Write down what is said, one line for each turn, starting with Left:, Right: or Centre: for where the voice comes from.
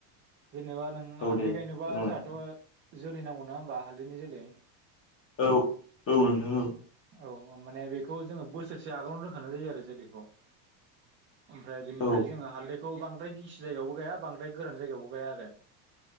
Right: जेनेबा नों
Left: औ
Right: हालदै
Left: दे
Right: गायनोबा
Left: बुंलाय
Right: जाहाथ' जोलै नांगौ नङा होमबा हालदैनि जोलै,
Left: औ औ नोंथां औ
Right: औ माने बेखौ जोङो बोसोरसे आगोलावनो दोनखानाय जायो आरो जोलैखौ, ओमफ्राय बिनिफ्राय
Left: औ
Right: जोङो हालदै बांद्राय गिसि जायगायावबो गाया बांद्राय गोरान जायगायावबो गाया आरो